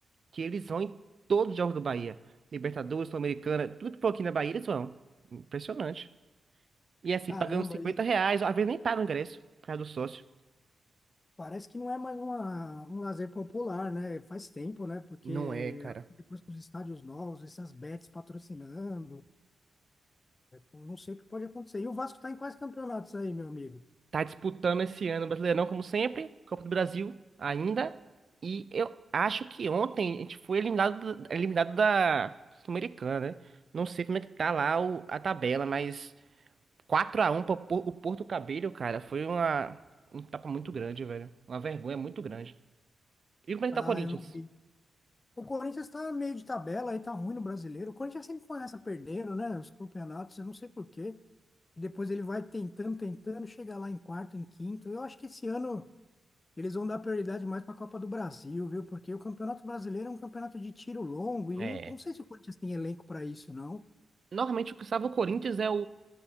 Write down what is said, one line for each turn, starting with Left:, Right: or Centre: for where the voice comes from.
Right: que eles vão em todos os jogos do Bahia. Libertadores, Sul-Americana, tudo que for aqui na Bahia eles vão. Impressionante. E assim,
Left: Caramba,
Right: pagando 50
Left: e
Right: reais, às vezes nem paga o ingresso, por causa do sócio.
Left: parece que não é mais uma, um lazer popular, né? Faz tempo, né? Porque
Right: Não é, cara.
Left: depois com os estádios novos, essas bets patrocinando, não sei o que pode acontecer. E o Vasco tá em quais campeonatos aí, meu amigo?
Right: Tá disputando esse ano o Brasileirão, como sempre, Copa do Brasil ainda. E eu acho que ontem a gente foi eliminado, do- eliminado da Sul-Americana, né? Não sei como é que tá lá o- a tabela, mas quatro a um pro Por- o Porto Cabello, cara, foi uma, um tapa muito grande, velho. Uma vergonha muito grande. E como é que
Left: Ah,
Right: tá o Corinthians?
Left: eu não vi. O Corinthians tá meio de tabela aí, tá ruim no brasileiro. O Corinthians sempre começa perdendo, né? Os campeonatos, eu não sei por quê. E depois ele vai tentando, tentando, chega lá em quarto, em quinto. Eu acho que esse ano. Eles vão dar prioridade mais para a Copa do Brasil, viu? Porque o Campeonato Brasileiro é um campeonato de tiro longo e
Right: É.
Left: eu não, não sei se o Corinthians tem elenco para isso, não.
Right: Normalmente o que salva o Corinthians é o,